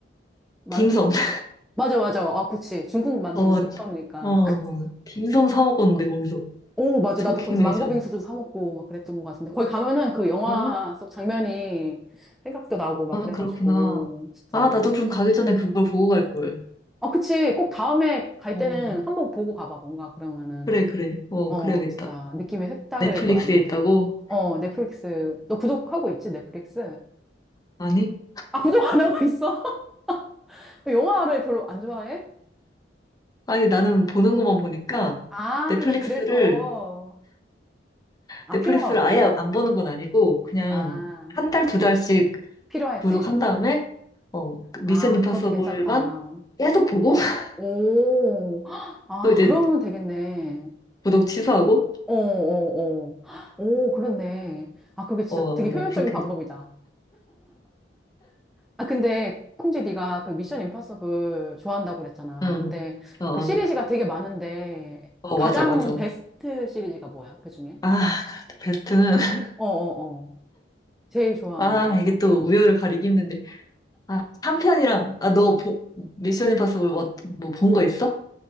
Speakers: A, in the centre; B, on the left.
A: 만두
B: 딤섬. <laughs>
A: 맞아, 맞아. 아, 그치. 중국 만두는
B: 어,
A: 들떠오니까.
B: 어,
A: <laughs>
B: 딤섬 사 먹었는데, 거기서.
A: 오, 맞아.
B: 청킹
A: 나도 거기서
B: 매니션.
A: 망고 빙수도 사 먹고 막 그랬던 것 같은데 거기 가면은 그 영화
B: 아,
A: 속 장면이 생각도 나고 막
B: 아,
A: 그래가지고
B: 그렇구나.
A: 진짜.
B: 아, 나도 그럼 가기 전에 그걸 보고 갈걸.
A: 어 그치. 꼭 다음에 갈
B: 어,
A: 때는 한번 보고 가봐. 뭔가 그러면은
B: 그래, 그래. 어,
A: 어
B: 그래야겠다.
A: 진짜 느낌이 색다를
B: 넷플릭스에
A: 거야 아마도.
B: 있다고?
A: 어 넷플릭스 너 구독하고 있지 넷플릭스?
B: 아니?
A: 아, 구독 안 하고 있어? <laughs> 왜 영화를 별로 안 좋아해?
B: 아니, 나는 보는 것만 보니까
A: 아,
B: 넷플릭스를
A: 하긴 그래서. 아,
B: 넷플릭스를
A: 필요가 없겠네.
B: 아예 안 보는 건 아니고 그냥
A: 아,
B: 한 달, 두 달씩
A: 필요할
B: 구독한
A: 때.
B: 다음에 어, 그
A: 아,
B: 미션 임파서블만
A: 그것도 괜찮다.
B: 계속 보고 <laughs>
A: 오, <gasps> 아,
B: 또 이제
A: 그러면 되겠네.
B: 구독 취소하고
A: 어, 어, 어. <gasps> 오, 그렇네. 아, 그게 진짜
B: 어,
A: 되게 효율적인
B: 나 그렇게
A: 방법이다. 아, 근데, 콩지 네가 그 미션 임파서블 좋아한다고 그랬잖아.
B: 응.
A: 근데
B: 어, 어,
A: 그 시리즈가 되게 많은데,
B: 어,
A: 가장
B: 맞아, 맞아.
A: 베스트 시리즈가 뭐야? 그 중에?
B: 아, 베스트는 <laughs>
A: 어 어, 어, 제일 좋아하는
B: 아,
A: 거.
B: 이게 또 우열을 가리기 힘든데. 아, 3편이랑 아, 너 보, 미션 임파서블 뭐, 뭐본 거 있어?